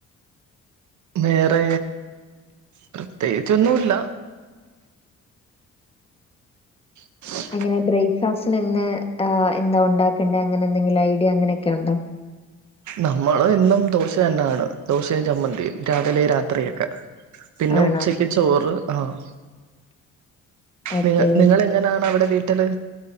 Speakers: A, on the right (about 70°); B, on the left (about 20°).
A: വേറെ പ്രത്യേകിച്ചൊന്നുല്ല ഉ
B: എങ്ങനെ ബ്രേക്ക്ഫാസ്റ്റനിന്ന് എന്താ ഒണ്ടാക്കേണ്ടേ അങ്ങനെ എന്തെങ്കിലും ഐഡിയ അങ്ങനെയൊക്കെ ഉണ്ടോ
A: നമ്മള് എന്നും ദോശ തന്നെയാണ് ദോശയും ചമ്മന്തിയും രാവിലെയും രാത്രി ഒക്കെ പിന്നെ
B: ആണോ
A: ഉച്ചക്ക് ചോറ് ആഹ്
B: ഓക്കെ
A: നിങ്ങ നിങ്ങള് എ ങ്ങനാണോ അവിടെ വീട്ടില്